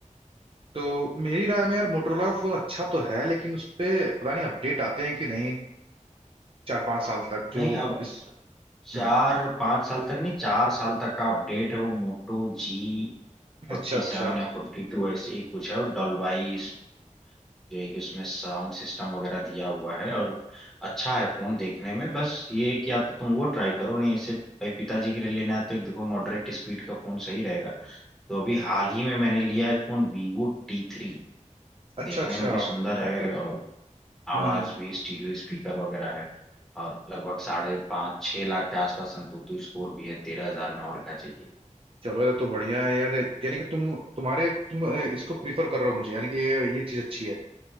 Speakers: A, on the right (about 45°); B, in the centre.
A: तो मेरी राय में यार मोटरोला का फोन अच्छा तो है लेकिन उस पे पता नहीं अपडेट आते हैं कि नहीं चार पांच साल तक
B: नहीं
A: जो
B: अब
A: इस
B: चार
A: हम्म
B: पांच साल तक नहीं चार साल तक का अपडेट है वो मोटो जी फोर्टी
A: अच्छा अच्छा
B: सेवन या फोर्टी टू ऐसे ही कुछ है और डॉल्बाई इस- जो है कि उसमें साउंड सिस्टम वगैरह दिया हुआ है और अच्छा है फोन देखने में बस ये है कि या तो तुम वो ट्राई करो नहीं इसे भाई पिताजी के लिए लेना है तो एक देखो मॉडरेट स्पीड का फोन सही रहेगा तो अभी हाल ही में मैंने लिया एक फोन वीवो टी थ्री
A: अच्छा
B: देखने
A: अच्छा
B: में भी सुंदर अच्छा है अच्छा और आवाज
A: हम्म हम्म
B: भी स्टीरियो स्पीकर वगैरह है और लगभग साढ़े पाँच छः लाख के आसपास संतुतु स्कोर भी है तेरह हजार में और क्या चाहिए
A: चलो ये तो बढ़िया है यार यानी कि तुम तुम्हारे तुम अ, इसको प्रीफर कर रहे हो मुझे यानी कि ये ये चीज अच्छी है